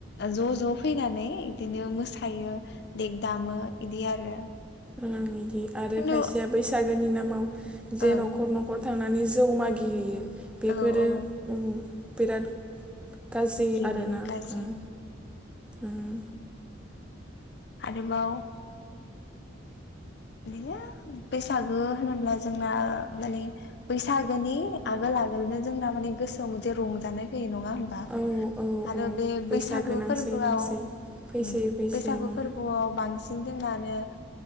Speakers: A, on the left; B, in the centre.
A: ज ज फैनानै बिदिनो मोसायो देग दामो इदि आरो
B: बिदि आरो
A: खिन्थु
B: खायसेया बैसागोनि नामाव जे
A: ओं
B: न'खर न'खर थांनानै जौ मागि हैैयो बेफोरो
A: औ औ
B: ओ बिराद गाज्रि आरोना
A: बेयो गाज्रि
B: उम उम
A: आरोबाव बिदिनो बैसागो होनोब्ला जोंना माने बैसागोनि आगोल आगोलनो जोंना माने गोसोआव मोनसे रंजानाय फैयो नङा होमबा
B: औ औ
A: आरो
B: औ
A: बे
B: बैसागो
A: बैसागु
B: नांसै
A: फोरबोआव
B: नांसै
A: ओ
B: फैसै फैसै
A: बैसागु
B: उम।
A: फोरबोआव बांसिन सिं जोंनानो